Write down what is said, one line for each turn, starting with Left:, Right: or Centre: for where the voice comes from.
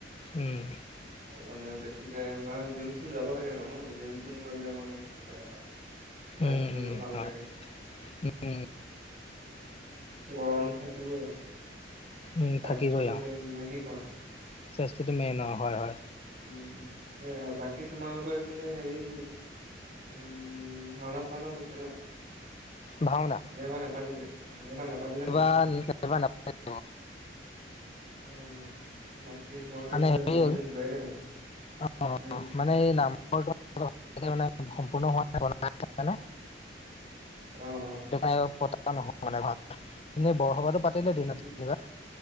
Left: উম।
Right: মানে বেছি যায় আৰু, জিম চিম যাব লাগে মানুহ, জিম চিম গ'লে মানে লাগে আৰু স্বাস্থ্যটো
Left: উম উম
Right: ভাল
Left: হয়
Right: থাকে।
Left: উম
Right: গৰমটো থাকিবই আৰু।
Left: উম,
Right: স্বাস্থ্যটো
Left: থাকিবই আৰু।
Right: মেইন নে কি কোৱা?
Left: স্বাস্থ্যটো মেইন আৰু হয়, হয়।
Right: উম, সেয়া বাকী তোমালোকৰ এইফালে হেৰি উম, ভাওনা-চাওনা হৈছে ন?
Left: ভাওনা
Right: এইবাৰ নেপাতিলে অ', এইবাৰ নেপাতিলে
Left: এইবাৰ
Right: নেকি?
Left: এইবাৰ নাপাতিলে
Right: অ', অ', বাকী তোমালোকে
Left: মানে
Right: এইফালে
Left: হেৰি
Right: বহুত
Left: হ'ল
Right: দিন যোৱাই নাই মানে।
Left: অ
Right: উম।
Left: মানে এই নামঘৰটো মানে ভালকে সম্পুৰ্ণ হোৱা নাই বনাই আছে মানে।
Right: অ', অ'।
Left: সেইকাৰণে এইবাৰ পতা নহয় মানে ভাওনা, ইনেই বৰসভাতো পাত পাতিলে দিনত
Right: উম,
Left: যেনিবা,